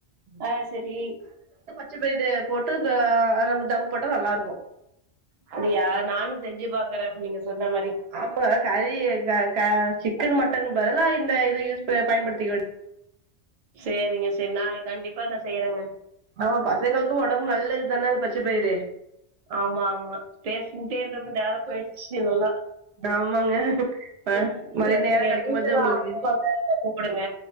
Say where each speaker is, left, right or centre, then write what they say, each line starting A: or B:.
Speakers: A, on the right; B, on the right.
A: ஆ செரி
B: பச்ச பயிறு போட்டு ஆ நம்ம தம் போட்டா நல்லாருக்கு
A: அப்டியா நானு செஞ்சு பாக்குறே நீங்க சொன்ன மாரி
B: ஆமா கறி க க சிக்கன் மட்டன் பதில இந்த இது யூஸ் பயன்படுத்திக்க வே
A: சேரிங்க செரி நாளைக்கு கண்டிப்பா நா செய்றேங்க
B: ஆமா பசங்களுக்கு ஒடம்பு நல்லத்தான பச்ச பயிரு
A: ஆமா ஆமா பேசிட்டே இருந்தது நேர போய்டுச்சு நல்லா
B: ஆமாங்க அ
A: ம்
B: மறுபடி
A: சரிங்க
B: நேரோ கெடைக்கும்போது
A: வீட்டெல்லா
B: உங்களுக்கு
A: <unintelligible> கூப்டுங்க